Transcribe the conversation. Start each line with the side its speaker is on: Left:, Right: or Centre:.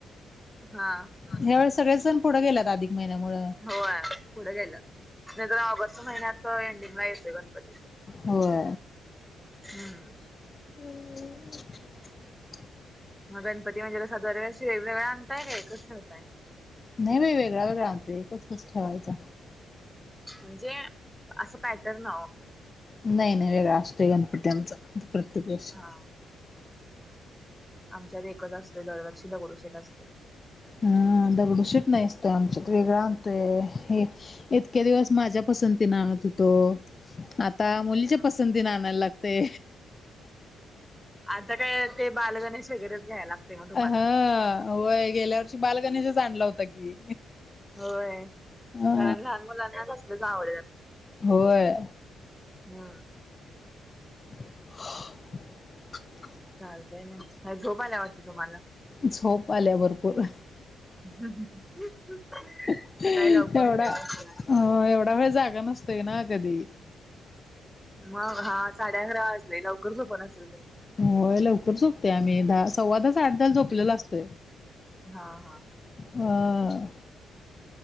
Centre: हा
Left: ह्या वेळे सगळे सण पुढे गेलेत अधिक महिन्यामुळ
Centre: होय पुढे गेयला नाही तरर ऑगस्ट महिन्यात एंडिंगला येतोय गणपती
Left: होय
Centre: हम्म
Left: हम्म
Centre: मग गणपती म्हणजे कससा दरव्यार्षी वेगवेगळळा आणताय काय कसं होतय
Left: नाही बाई वेगळा वेगळा आणतो एकस कच ठेवायचा
Centre: म्हणजे असं पॅटर्न
Left: नाही नाही वेगळा असतोय गणपती आमचा प्रत्येक वर्ष
Centre: हा आमच्यात एकत असते दरवर्षी दगडू शेत असते
Left: हम दगडूशीट नाही असतय आमच्यात वेगळं आणतोय हे इतके दिवस माझ्या पसंतीने आणत होतो आता मुलीच्या पसंतीने आणायला लागते
Centre: आता काय ते बालगण शगरच घ्यायला लागते मग तुम्हाला
Left: अ ह होय गेल्या वर्षी बालगणेशच आणला होता की
Centre: होय
Left: हा
Centre: कारण लहान मुलांनाच असल्याच आवड
Left: होय
Centre: हो
Left: ह
Centre: चालतय ना काय झोप आल्या वाटत तुम्हाला
Left: झोप आल्या भरपूर
Centre: <unintelligible>
Left: एवढा
Centre: लवकर उठायचं असेल आणि
Left: अ एवढा वेळ जागा नसतोय ना कधी?
Centre: मग हा साडे अकरा वाजले, लवकर झोपत असेल तुम्ही?
Left: होय, लवकर झोपतोय आम्ही, दहा सव्वादहा साडेदहा ला झोपलेलो असतोय.
Centre: हा हा.
Left: हा.